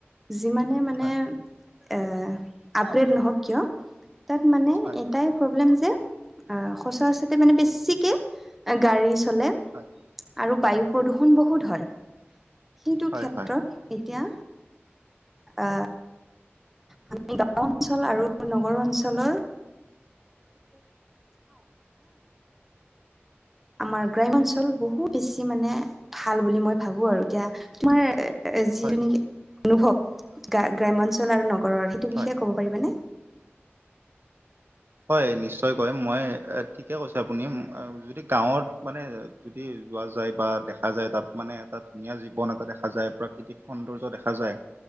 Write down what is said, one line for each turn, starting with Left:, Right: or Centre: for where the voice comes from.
Centre: যিমানে মানে
Right: হয়
Centre: এই আপগ্ৰেড নহওক কিয় তাত মানে
Right: হয়
Centre: এটাই প্ৰব্লেম যে, অহঁ সচৰাচৰতে মানে বেছিকে গাড়ী চলে।
Right: হয়।
Centre: আৰু বায়ু প্ৰদূষণ বহুত হয়, সেইটো
Right: হয় হয়
Centre: ক্ষেত্ৰত
Right: হয়
Centre: এতিয়া আ আমি গাঁও অঞ্চল আৰু নগৰ অঞ্চলৰ <inaudible> আমাৰ গ্ৰাম্য অঞ্চল বহুত বেছি মানে ভাল বুলি মই ভাবো আৰু এতিয়া তোমাৰ এই যিটো
Right: হয়
Centre: নেকি অনুভৱ গ্ৰাম্য গ্ৰাম্যঞ্চল আৰু নগৰৰ সেইটো
Right: হয়
Centre: বিষয়ে ক'ব পাৰিবানে?
Right: হয় নিশ্চয়কয় মই ঠিকে কৈছে, আপুনি যদি গাঁৱত মানে যদি যোৱা যায় বা দেখা যায় তাত মানে এটা ধুনীয়া জীৱন এটা দেখা যায়। প্ৰাকৃতিক সৌন্দৰ্য দেখা যায়।